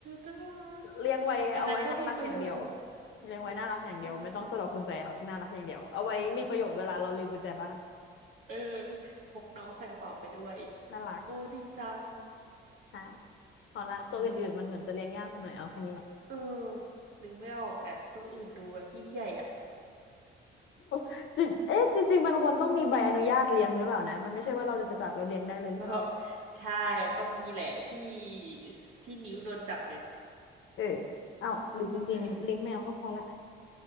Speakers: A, on the right; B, on the left.
A: น่ารัก
B: เลี้ยงไว้เอาไว้น่ารักอย่างเดียว
A: อันนั้นก็มีประโยชน์
B: เลี้ยงไว้น่ารักอย่างเดียวไม่ต้องสะดอกกุญแจหรอกน่ารักอย่างเดียวเอาไว้มีประโยชน์เวลาเราลืมกุญแจบ้าน
A: อืมใช่เออพกน้องใส่กระเป๋าไปด้วย
B: น่ารัก
A: โอ้ดีจัง
B: ค่ะพอละตัวอื่นๆมันเหมือนจะเลี้ยงยากไปหน่อยเอาแค่นี้แหละ
A: มีอะไรอีกไหม เออนึกไม่ออกแหละตัวอื่นดูแบบยิ่งใหญ่อ่ะ
B: <laughs> จริงเอ๊ะจริงๆมันควรต้องมีใบอนุญาตเลี้ยงหรือเปล่านะมันไม่ใช่ว่าเราจะไปจับแล้วเลี้ยงได้เลยหรือเปล่า
A: <laughs> ใช่มันต้องมีแหละที่ที่นิ้วโดนจับไง
B: เออเอาหรือจริงๆเลี้ยงแมวก็พอละ
A: เออ